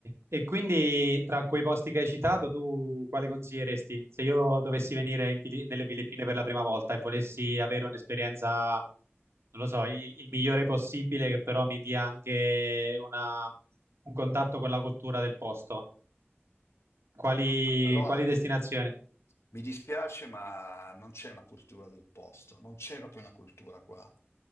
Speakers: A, on the right (about 75°); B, on the left (about 75°).
A: e quindi tra quei posti che hai citato, tu quale consiglieresti? Se io dovessi venire in Fili- nelle Filippine per la prima volta e volessi avere un'esperienza, non lo so, il, il migliore possibile, che però mi dia anche una- un contatto con la cultura del posto, quali,
B: No, allora
A: quali destinazioni?
B: mi dispiace, ma non c'è una cultura del posto, non c'è proprio una cultura qua.